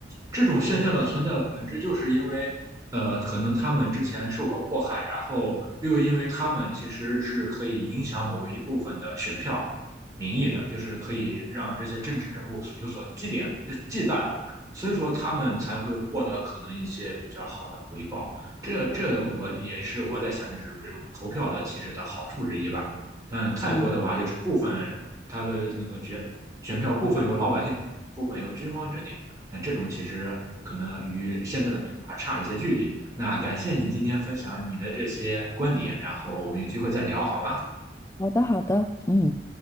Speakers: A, on the right (about 20°); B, on the left (about 15°).
A: 这种现象的存在的本质，就是因为，呃，可能他们之前受过迫害，然后又因为他们其实是可以影响某一部分的选票民意的，就是可以让这些政治人物所有所忌惮、呃忌惮，所以说他们才会获得可能一些比较好的回报。这这我也是我在想，就是这种投票的其实的好处之一吧。但泰国的话，
B: 嗯，
A: 就是部分他的那个决选票部分由老百姓决定，部分由军方决定。那这种其实可能与现在的民主还差一些距离。那感谢你今天分享你的这些观点，然后我们有机会再聊好吗？
B: 好的，好的。嗯。